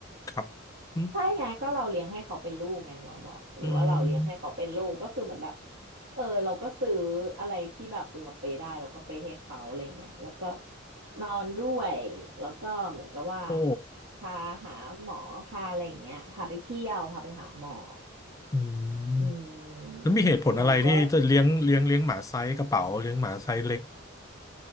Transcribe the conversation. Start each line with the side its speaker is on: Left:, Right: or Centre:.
Left: ครับอืม
Right: ใช่ไงก็เราเลี้ยงให้เขาเป็นลูกไงเราบอกหรือว่าเราเลี้ยงให้เขาเป็นลูกก็คือเหมือนแบบ
Left: อืม
Right: เออเราก็ซื้ออะไรที่แบบเราไปได้เราก็ไปให้เขาอะไรเงี้ยแล้วก็นอนด้วยแล้วก็เหมือนกับว่า
Left: โอ้
Right: พาหาหมอพาอะไรอย่างเงี้ยพาไปเที่ยวพาไปหาหมอ
Left: อื
Right: อื
Left: ม
Right: มเราก็
Left: แล้วมีเหตุผลอะไรที่จะเลี้ยงเลี้ยงเลี้ยงหมาไซส์กระเป๋าเลี้ยงหมาไซส์เล็ก